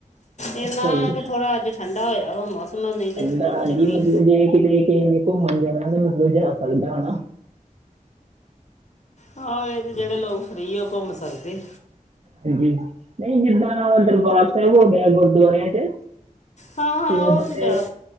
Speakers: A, on the left (about 55°); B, on the right (about 50°).
A: ਇੰਨਾ
B: ਅੱਛਾ ਜੀ
A: ਕਿ ਥੋੜ੍ਹਾ ਅੱਜ ਠੰਡਾ ਹੋਇਆ ਵਾ ਮੌਸਮ ਨਹੀਂ ਤੇ
B: ਕਹਿੰਦਾ ਹਾਂਜੀ
A: ਗਰਮੀ।
B: ਮਤਲਬ ਜੇ ਕਿਧਰੇ ਦੇ ਏਨੇ ਘੁੰਮੋਣ ਜਾਣਾ ਤੇ ਮੈਨੂੰ ਵੀ ਲਜਾ ਸਕਦਾ।
A: ਹਾਂ ਇਹ ਤੇ ਜਿਹੜੇ ਲੋਕ ਫ੍ਰੀ ਉਹ ਘੁੰਮ ਸਕਦੇ।
B: ਹਾਂਜੀ ਨਹੀਂ ਜਿੱਦਾਂ ਦਾ ਦਰਬਾਰ ਸਾਹਿਬ ਹੋ ਗਿਆ ਗੁਰਦੁਆਰਿਆਂ ਚ
A: ਹਾਂ ਹਾਂ
B: ਇਹ
A: ਉਹ
B: ਉਧਹ ਤੇ।
A: ਜਾ